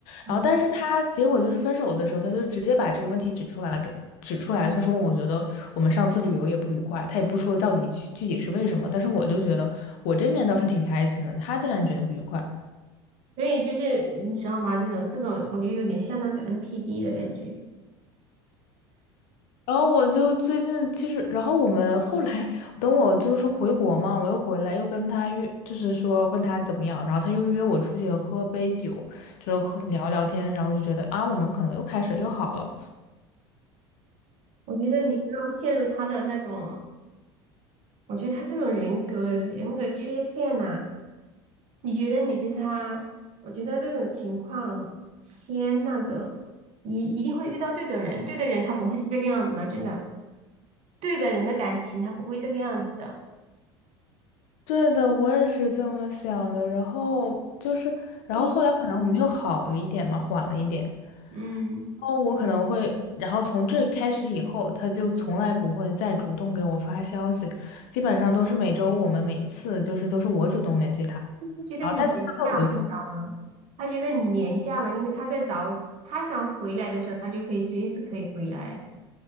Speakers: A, on the right; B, on the left.
A: 嗯。
B: 然后，但是他结果就是分手的时候，他就直接把这个问题指出来的，指出来，他说我觉得我们上次旅游也不愉快，他也不说到底具具体是为什么，但是我就觉得我这面倒是挺开心的，他竟然觉得不愉快。
A: 所以就是你知道吗？这种这种，我觉得有点像那个 NPD 的感觉。
B: 然后我就最近其实，然后我们后来等我就是回国嘛，我又回来又跟他约，就是说问他怎么样，然后他又约我出去喝杯酒，就是喝聊聊天，然后就觉得啊，我们可能又开始又好了。
A: 我觉得你不要陷入他的那种，我觉得他这种人格人格缺陷呐、你觉得你对他，我觉得这种情况先那个，一一定会遇到对的人，对的人他不会是这个样子的，真的，对的人的感情他不会这个样子的。
B: 对的，我也是这么想的。然后就是，然后后来可能我们又好了一点嘛，
A: 嘿，
B: 缓了一点。
A: 嗯，
B: 然后我可能会，然后从这开始以后，他就从来不会再主动给我发消息，基本上都是每周我们每一次就是都是我主动联系他，
A: 他觉得你廉价了，
B: 然后但是他会回复。
A: 你知道吗？他觉得你廉价了，因为他在找他想回来的时候，他就可以随时可以回来。